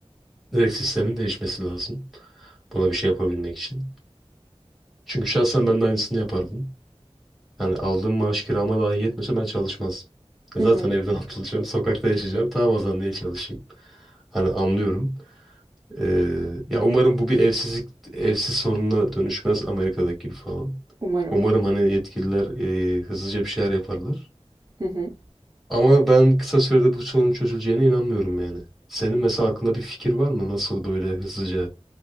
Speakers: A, in the centre; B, on the right.
A: Direkt sistemin değişmesi lazım. Buna bir şey yapabilmek için. Çünkü şahsen ben de aynısını yapardım. Yani aldığım maaş kirama dahi yetmese ben çalışmazdım. E
B: Hı
A: zaten
B: hı.
A: evden <laughs> atılacağım, sokakta yaşayacağım. Tamam o zaman niye çalışayım? Hani anlıyorum. Ee, ya umarım bu bir evsizlik, evsiz sorununa dönüşmez Amerika'daki gibi falan.
B: Umarım.
A: Umarım hani yetkililer e, hızlıca bir şeyler yaparlar.
B: Hı hı.
A: Ama ben kısa sürede bu sorun çözüleceğine inanmıyorum yani. Senin mesela aklında bir fikir var mı? Nasıl böyle hızlıca